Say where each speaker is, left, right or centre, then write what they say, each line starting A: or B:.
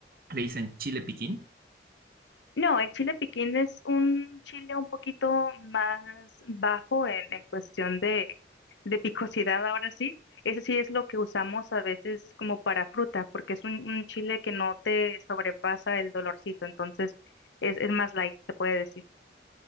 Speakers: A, on the right (about 50°); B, on the left (about 85°).
A: le dicen chile piquín.
B: No, el chile piquín es un chile un poquito más bajo en, en cuestión de, de picosidad, ahora sí. Ese sí es lo que usamos a veces como para fruta, porque es un, un chile que no te sobrepasa el dolorcito, entonces es, es más light, se puede decir.